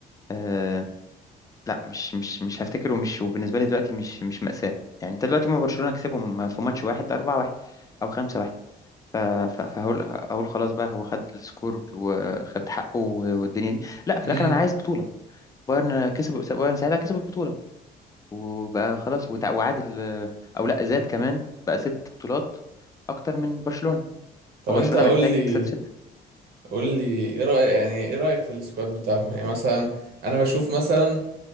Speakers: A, on the left; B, on the right.
A: آه لا مش مش مش هفتكره مش وبالنسبه لي دلوقتي مش مش مأساة يعني انت دلوقتي ما برشلونه كسبهم في ماتش واحد 4 1 او 5 1 ف- ف- فهقول اقول خلاص بقى هو خد السكور وخد حقه والدنيا دي لا في
B: امم
A: الاخر انا عايز بطوله بايرن كسب بايرن ساعتها كسب البطوله وبقى خلاص وتع- وعادل آه، او لا زاد كمان بقى ست بطولات اكتر من برشلونة
B: طب
A: فبرشلونة
B: انت قول
A: محتاج
B: لي
A: يكسب ستة
B: قول لي ايه رأيك يعني ايه رأيك في السكواد بتاعهم يعني مثلا انا بشوف مثلا